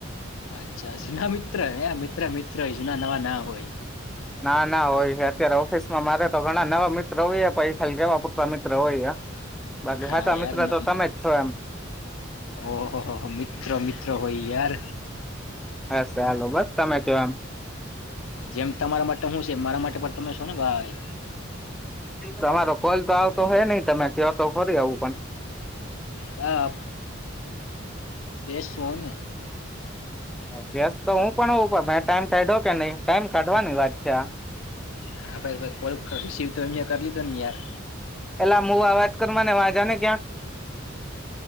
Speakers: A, on the left; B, in the centre.
A: અચ્છા જના મિત્ર હૈ મિત્ર મિ ત્ર જૂના નવા ના હોય.
B: ના ના હોય છે અત્યારે ઓફિસ માં મારે તો ઘણા નવા મિત્રો હોય પહી ખાલી કેવા પૂરતા મિત્ર હોય હે બાકી
A: હા
B: હાચા તો
A: યાર
B: મિત્રો
A: ન-
B: તો તમે જ છો એમ
A: ઓહો હો હો, મિત્ર મિત્ર હોય યાર
B: હ. ચાલો બસ તમે કો એમ.
A: જેમ તમારા માટે હું છે મારા માટે પણ તમે છો ને ભાઈ
B: તમારો કોલ તો આવતો હોય નહી તમે ત્યા તો ખરી આવું પણ
A: બા, છો ને.
B: અભ્યાસ તો હું પણ હોઉ પણ મે ટાઈમ કાયઢો કે નહી ટાઈમ કાઢવાની વાત છે આ.
A: હા ભાઈ કોલ રિસીવ અમિયાં કર લીધો ને યાર.
B: પેલા મુવા અવાજ કર મા ને વા જા ને ક્યાં